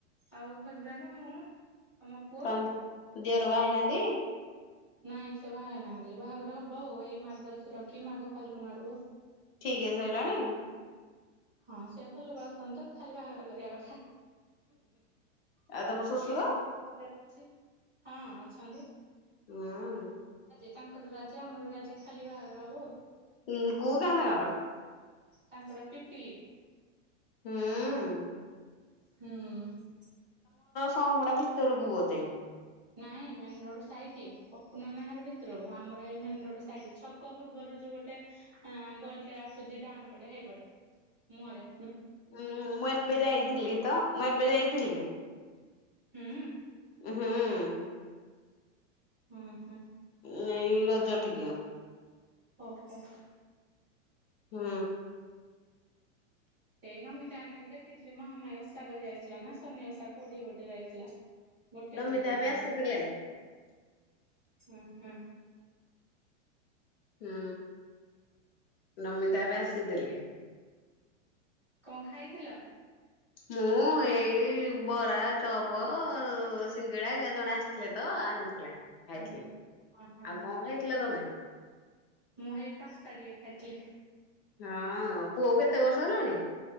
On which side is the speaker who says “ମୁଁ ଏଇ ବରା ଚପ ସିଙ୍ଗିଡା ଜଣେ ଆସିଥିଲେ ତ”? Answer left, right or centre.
Left